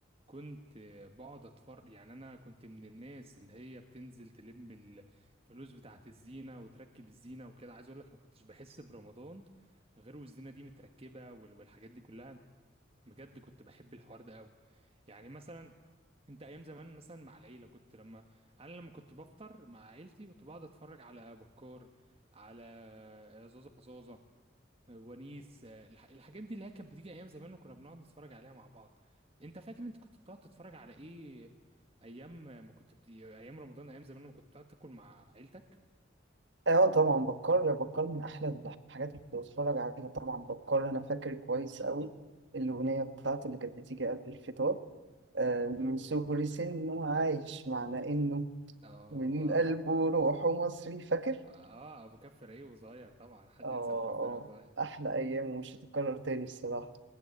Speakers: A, on the right; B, on the right.
A: كنت بقعد اتفرج يعني انا كنت من الناس اللي هي بتنزل تلم الفلوس بتاعت الزينة وتركب الزينة وكده عايز اقول لك ما كنتش بحس برمضان غير والزينة دي متركبة وال- والحاجات دي كلها بجد كنت بحب الحوار ده قوي يعني مثلا انت ايام زمان مثلا مع العيلة كنت لما انا لما كنت بفطر مع عيلتي كنت بقعد اتفرج على بكار على زوزة فصوزة ونيس آه، الح- الحاجات دي اللي هي كانت بتيجي ايام زمان وكنا بنقعد نتفرج عليها مع بعض انت فاكر انت كنت بتقعد تتفرج على ايه ايام ما كنت بت... ايام رمضان ايام زمان لما كنت بتقعد تاكل مع عيلتك
B: اه طبعا بتكرر بتكرر من احلى الحاجات اللي كنت بتفرج عليها طبعا بتكرر انا فاكر كويس قوي الاغنيه بتاعته اللي كانت بتيجي قبل الفطار آه، من صغر سنه عايش معنى إنه
A: اه
B: من قلبه وروحه مصري فاكر؟
A: اه ابو كف رايق وصغير طبعا حد
B: آه
A: ينسى ابو كف رايق وصغير
B: آه أحلى أيام ومش هتتكرر تاني الصراحة